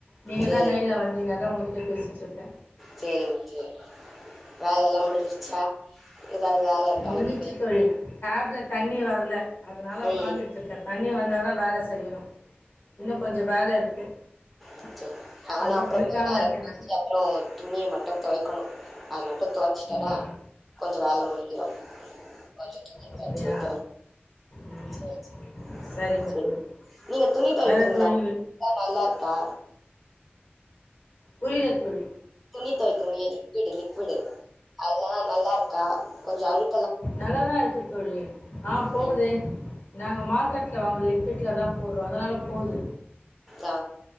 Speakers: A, on the left; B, in the centre.
A: நீங்க
B: சேரிங்க
A: தான் லைன்ல வந்தீங்க அதான் உங்ககிட்ட பேசிட்டு இருக்கேன்
B: சேரிங்க சேரி வேலல்லாம் முடிஞ்சிருச்சா ஏதாவது வேல இருக்கா
A: முடிஞ்சுச்சு
B: இனிமே
A: தோழி டேப்ல தண்ணி வரல அதனால
B: ம்
A: உட்காந்து ட்டு இருக்க தண்ணி வந்தால் தான் வேலை செய்யணும் இன்னும் கொஞ்சோ வேல இருக்கு
B: கொஞ்சோ ஆனா
A: அது
B: அப்பறம்
A: முடிக்காம
B: கொஞ்ச நேரம்
A: இருக்கேன்
B: கலுச்சி
A: நான்
B: அப்றோம் துணிய மட்டும் துவைக்கணும் அது மட்டும் தோச்சிட்டேன்னா
A: ம்
B: கொஞ்சோ வேல முடிஞ்சிடும் கொஞ்சம் துணி
A: அப்படியா
B: தொவச்சி வைக்கனும்
A: ம்
B: சேர் சேரி
A: சரிங்க
B: சேர்
A: தோழி
B: நீங்க துணி துவிக்கிறீர்களா
A: வேற தோழி
B: ல்லா நல்லா இருக்கா
A: புரியல தோழி
B: துணி துவைக்கிறோங்களே லிக்விடு லிக்விடு அதெல்லாம் நல்லா இருக்கா கொஞ்சம் அழு
A: நல்லாதான் இருக்கு தோழி ஆ போகுதே
B: ம்
A: நாங்க மார்க்கெட்ல வாங்கல லிப்பட்ல தான் போடுறோம் அதனால போகுது
B: ஆ